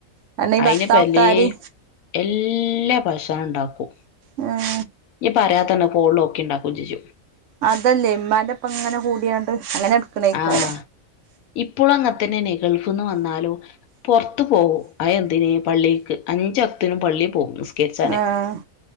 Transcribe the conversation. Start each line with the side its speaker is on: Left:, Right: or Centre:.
Right: കാരണം ഈ
Left: അയിന്പ്പല്ലി
Right: ഭർത്താക്കന്മാര്
Left: എല്ലാ ഭശണം ഉണ്ടാക്കും
Right: ഉം
Left: പറയാത്ത തന്നെ പോളും ഒക്കെ ഉണ്ടാക്കും ചെയ്ച്ചു
Right: അതല്ലേ എമാന്റെപ്പ ഇങ്ങനെ കൂടിയാണ്ട് അങ്ങനെ എടുക്കണേക്കാര
Left: ആഹ് ഇപ്പോളും അങ്ങ തന്നെ ഗൾഫിന്ന് വന്നാലോ പുറത്തു പോവും ആ എന്തിനേ പള്ളിക്ക് പള്ളി പോവും നിസ്കേരിച്ചാന്ന്
Right: ആഹ്